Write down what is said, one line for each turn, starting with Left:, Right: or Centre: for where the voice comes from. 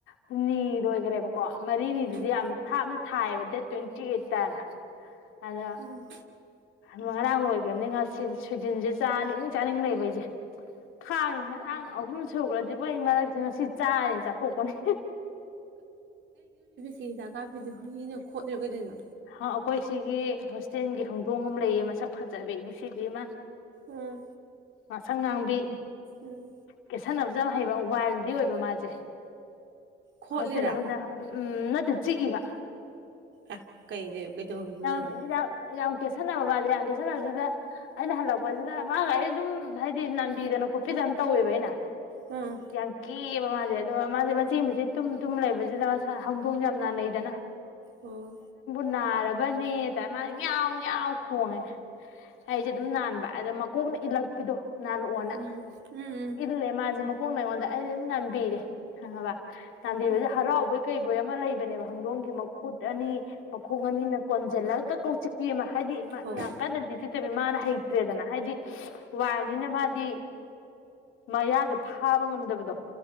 Left: ꯍꯨꯝꯃꯤ ꯑꯣꯒꯔꯦ ꯀꯣ ꯃꯔꯤꯅꯤꯗꯨꯗꯤ
Right: ꯎꯝ
Left: ꯌꯥꯝ ꯊꯥꯞꯅ ꯊꯥꯏꯕ ꯗꯦꯠ ꯇ꯭ꯋꯦꯟꯇꯤ ꯑꯩꯠꯇꯅ ꯑꯗꯣ
Right: ꯎꯝ
Left: ꯉꯔꯥꯡ ꯂꯣꯏꯈ꯭ꯔꯅꯤꯟ ꯉ ꯁꯤꯜꯁ ꯖꯤꯟꯁꯦ ꯆꯥꯅꯤꯡ ꯆꯥꯅꯤꯡ ꯂꯩꯕ ꯑꯩꯁꯦ ꯈꯥꯡꯉꯤ ꯉꯔꯥꯡ ꯑꯍꯨꯝ ꯁꯨꯈ꯭ꯔꯗꯤ ꯑꯩ ꯃꯔꯛꯠ ꯉꯁꯤ ꯆꯥꯔꯦ ꯆꯥꯊꯣꯛꯄꯅꯦ
Right: ꯀꯤ ꯍꯤꯗꯥꯛ ꯀꯞꯤꯗꯨ ꯍꯨꯏꯅ ꯈꯣꯠ ꯄꯤꯔꯛꯑꯗꯣꯏꯅꯣ
Left: ꯑꯩꯈꯣꯏ ꯁꯤꯒꯤ ꯍꯣꯁꯇꯦꯜꯒꯤ ꯍꯧꯗꯣꯡ ꯑꯃ ꯂꯩꯌꯦ ꯃꯁꯛ ꯐꯖꯕꯤ ꯅꯨꯡꯁꯤꯕꯤ ꯑꯃ
Right: ꯎꯝ
Left: ꯉꯁꯪ ꯉꯥꯡꯕꯤ
Right: ꯎꯝ
Left: ꯀꯦꯁꯟꯕꯤ <unintelligible> ꯌꯥꯝ ꯍꯩꯕ ꯋꯥꯏꯜꯗꯤ ꯑꯣꯏꯕ ꯃꯥꯁꯦ
Right: ꯈꯣꯠꯂꯤꯔꯥ
Left: ꯍꯣꯁꯇꯦꯂ ꯑꯃꯗ ꯎꯝ ꯅꯠꯇꯦ ꯆꯤꯛꯏꯕ
Right: ꯑ ꯀꯩꯩ ꯀꯩꯗꯧꯔꯨꯒꯗꯗꯤꯦ
Left: ꯌꯥꯝ ꯌꯥꯝ ꯌꯥꯝ ꯀꯦꯠꯁꯟꯅꯕ ꯃꯥꯜꯁꯦ ꯌꯥꯝ ꯀꯦꯠꯁꯟꯅꯁꯤꯗ ꯑꯩꯅ ꯍꯜꯂꯛꯄꯁꯤꯗ ꯃꯥꯒ ꯑꯗꯨꯝ ꯍꯥꯏꯗꯤ ꯅꯥꯟꯕꯤꯗꯅ ꯈꯣꯠꯄꯤꯗꯅ ꯇꯧꯋꯦꯕ ꯑꯩꯅ <inaudible>
Right: ꯎꯝ
Left: ꯌꯥꯪꯀꯤ ꯆꯦꯛꯑꯕ ꯃꯥꯁꯦ ꯑꯗꯨꯒ ꯃꯥꯁꯦ ꯃꯆꯦ ꯃꯁꯦ ꯇꯨꯝ ꯇꯨꯝ ꯂꯩꯕꯁꯤꯗ ꯃꯁꯥ ꯍꯗꯣꯡ ꯌꯥꯝ ꯅꯥꯅꯩꯗꯅ
Right: ꯑꯣ
Left: ꯅꯥꯔꯕꯅꯦꯇꯥ ꯃꯥꯅ ꯏꯎ ꯌꯥꯎ ꯈꯣꯡꯉꯦ ꯑꯩꯁꯦ ꯑꯗꯨꯝ ꯅꯥꯟꯕ ꯑꯗ ꯃꯀꯣꯛꯅ ꯏꯜꯂꯛꯄꯤꯗꯣ ꯅꯜꯨ ꯋꯥꯅ
Right: ꯎꯝ ꯎꯝ
Left: ꯏꯂꯦ ꯃꯥꯁꯦ ꯃ ꯍꯣꯟ ꯑꯩꯉꯣꯟꯗ ꯑꯩꯗꯤ ꯑꯗꯨꯝ ꯅꯟꯕꯤꯔꯦꯕ ꯆꯥꯟꯕꯦ
Right: ꯎꯝ
Left: ꯍꯔꯥꯎꯑꯣꯕ ꯀꯩ ꯕꯣꯏ ꯑꯃ ꯂꯩꯕꯅꯦꯕ ꯍꯧꯪꯗꯣꯡꯒꯤ ꯃꯈꯨꯠ ꯑꯅꯤ ꯃꯈꯣꯡ ꯑꯅꯤꯅ ꯀꯣꯟꯁꯤꯜꯂꯒ ꯀꯛꯧ ꯆꯤꯛꯄꯤ ꯑꯃ ꯍꯥꯏꯗꯤ
Right: ꯍꯣꯏ
Left: ꯌꯥꯝ ꯀꯟꯅꯗꯤ ꯆꯤꯠꯇꯕꯤ ꯃꯥꯅ ꯍꯩꯇ꯭ꯔꯦꯗꯅ ꯍꯥꯏꯗꯤ ꯋꯥꯔꯅꯤꯅ ꯃꯥꯗꯤ ꯃꯌꯥꯗꯣ ꯐꯥꯕ ꯉꯝꯗꯕꯗꯣ